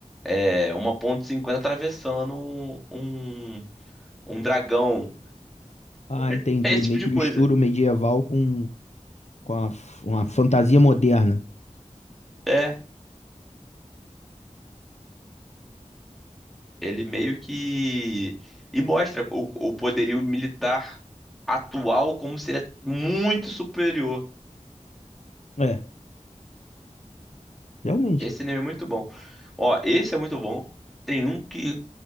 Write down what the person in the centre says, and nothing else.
é, uma ponto e cinquenta atravessando um, um, um dragão,
<laughs>
esse
tipo
de
coisa.
é ele meio que e mostra o, o poderio militar atual como seria muito superior.
Esse anime é muito bom. Ó, esse é muito bom. Tem um que,